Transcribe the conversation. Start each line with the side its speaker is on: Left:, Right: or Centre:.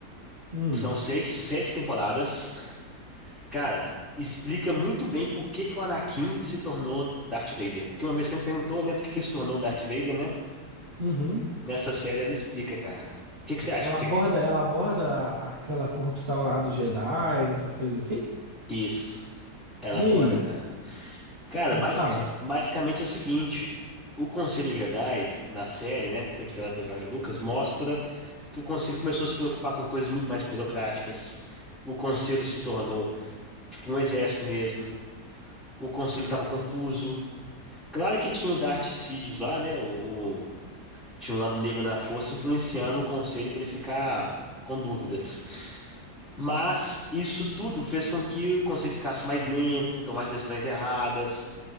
Right: Hum,
Centre: São seis, sete temporadas. Cara, explica muito bem por que que o Anakin se tornou Darth Vader. Porque uma vez você me perguntou, né, por que que ele se tornou Darth Vader, né?
Right: uhum.
Centre: Nessa série ela explica, cara. O que que você acha?
Right: Ela
Centre: Por que
Right: aborda,
Centre: que-
Right: ela aborda a- aquela corrupção lá dos Jedi, essas coisas assim?
Centre: Isso, ela
Right: E
Centre: aborda,
Right: aí?
Centre: cara. Cara,
Right: Me
Centre: basica-
Right: fala.
Centre: basicamente é o seguinte: o Conselho Jedi, na série, né, que foi criada pelo George Lucas, mostra que o Conselho começou a se preocupar com coisas muito mais burocráticas. O Conselho se tornou, tipo, um exército mesmo. O Conselho estava confuso. Claro que tinha o Darth Sidious lá, né? O, o- tinha um lado negro na força influenciando o Conselho para ele ficar com dúvidas. Mas isso tudo fez com que o Conselho ficasse mais lento, tomasse decisões erradas.